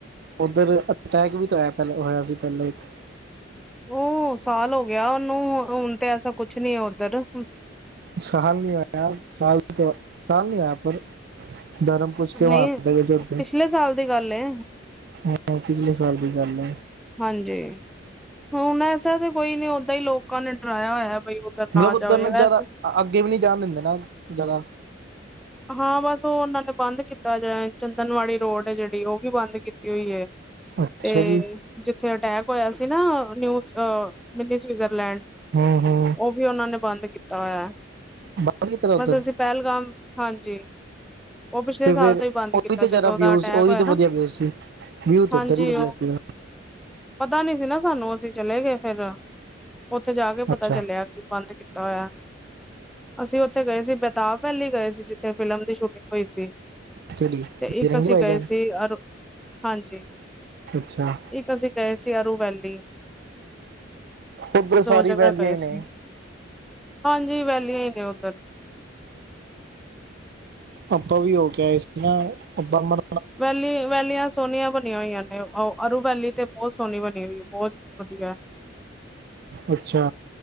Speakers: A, on the right; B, in the centre.
A: ਉੱਧਰ ਅਟੈਕ ਵੀ ਹੋਇਆ ਸੀ ਪਹਿਲਾਂ ਇੱਕ!
B: ਉਹ ਸਾਲ ਹੋ ਗਿਆ ਉਹਨੂੰ ਹੁਣ ਤੇ ਐਸਾ ਕੁਛ ਨੀ ਹੈ ਉੱਧਰ!
A: ਸਾਲ ਨਹੀਂ ਹੋਇਆ ਸਾਲ ਸਾਲ ਨਹੀਂ ਹੋਇਆ ਪਰ ਧਰਮ! ਕੁੱਛ ਕੇ ਮਾਰ
B: ਨਹੀਂ
A: ਗਜ਼ਰ ਤੇ
B: ਪਿਛਲੇ ਸਾਲ ਦੀ ਗੱਲ ਏ
A: ਹਾਂ ਪਿਛਲੇ ਸਾਲ ਦੀ ਗਲ?
B: ਹਾਂਜੀ! ਹੁਣ ਐਸਾ ਤੇ ਕੋਈ ਨੀ ਓਦਾਂ ਹੀ ਲੋਕਾਂ ਨੇ ਡਰਾਇਆ ਹੋਇਆ ਬਈ! ਉੱਧਰ
A: ਮਤਲਬ ਉੱਧਰ
B: ਜਾਓ ਜੇ
A: ਨਾ ਜਿਆਦਾ
B: ਵੈਸੇ
A: ਅੱਗੇ ਵੀ ਨਹੀਂ ਜਾਣ ਦਿੰਦੇ ਨਾ ਜ਼ਿਆਦਾ!
B: ਹਾਂ ਬਸ ਉਹ ਉਹਨਾਂ ਨੇ ਬੰਦ ਕੀਤਾ ਚੰਦਨਵਾੜੀ ਰੋਡ ਹੈ ਜਿਹੜੀ ਉਹ ਵੀ ਬੰਦ ਕੀਤੀ ਹੋਈ ਹੈ!
A: ਅੱਛਾ
B: ਤੇ
A: ਜੀ
B: ਜਿੱਥੇ ਅਟੈਕ ਹੋਇਆ ਸੀ, ਨਾ ਨਿਊ ਮਿੰਨੀ ਸਵਿਜ਼ਰਲੈਂਡ!
A: ਹਮ ਹਮ!
B: ਉਹ ਵੀ ਉਹਨਾਂ ਨੇ ਬੰਦ ਕੀਤਾ ਹੋਇਆ
A: ਬਾਹਰ ਕੀ ਤਰ੍ਹਾਂ ਉੱਧਰ
B: ਬਸ ਅਸੀਂ ਪਹਿਲਗਾਮ ਹਾਂਜੀ! ਉਹ ਪਿਛਲੇ
A: ਤੇ
B: ਸਾਲ
A: ਫਿਰ
B: ਤੋਂ ਹੀ ਬੰਦ
A: ਉਹੀ
B: ਕੀਤਾ
A: ਤੇ
B: ਜਦੋਂ
A: ਜ਼ਿਆਦਾ ਵਿਊ
B: ਦਾ ਅਟੈਕ
A: ਉਹੀ
B: ਹੋਇਆ
A: ਤੇ
B: ਨਾ
A: ਵਧੀਆ ਵਿਊ ਸੀ! ਵਿਊ ਤੇ
B: ਹਾਂਜੀ
A: ਉਧਰ ਹੀ ਵਧੀਆ
B: ਉਹ
A: ਸੀ?
B: ਪਤਾ ਨੀ ਸੀ ਨਾ ਸਾਨੂੰ ਅਸੀਂ ਚਲੇ ਗਏ ਫੇਰ ਉੱਥੇ ਜਾ ਕੇ ਪਤਾ
A: ਅੱਛਾ
B: ਚੱਲਿਆ ਕੀ! ਬੰਦ ਕੀਤਾ ਹੋਇਆ ਅਸੀਂ ਉੱਥੇ ਗਏ ਸੀ ਬੇਤਾਬ ਵੈਲੀ ਗਏ ਸੀ! ਜਿੱਥੇ ਫਿਲਮ ਦੀ ਸ਼ੂਟਿੰਗ ਹੋਈ ਸੀ,
A: ਕਿਹੜੀ
B: ਤੇ ਇੱਕ
A: ਬਿਰੰਗੀ
B: ਅਸੀਂ
A: ਭਾਈਜਾਨ
B: ਗਏ ਸੀ ਅਰ ਹਾਂਜੀ!
A: ਅੱਛਾ!
B: ਇੱਕ ਅਸੀਂ ਗਏ ਸੀ, ਅਰੂ ਵੈਲੀ
A: ਉਧਰ ਸਾਰੀ
B: ਦੋ ਜਗ੍ਹਾ
A: ਵੈਲੀਆਂ
B: ਗਏ
A: ਈ ਨੇ।
B: ਸੀ ਹਾਂਜੀ! ਵੈਲੀਆਂ ਈ ਨੇ ਉੱਧਰ।
A: ਆਪਾਂ ਵੀ ਹੋ ਕੇ ਆਏ ਸੀ ਨਾ ਅੱਧਾ ਮਨ
B: ਵੈਲੀ- ਵੈਲੀਆਂ ਸ ਸੋਹਣੀਆਂ ਬਣੀਆਂ ਹੋਈਆਂ ਨੇ ਉਹ ਅਰੂਵੈਲੀ ਤੇ ਬਹੁਤ ਸੋਹਣੀ ਬਣੀ ਹੋਈ ਹੈ ਬਹੁਤ ਵਧੀਆ।
A: ਅੱਛਾ!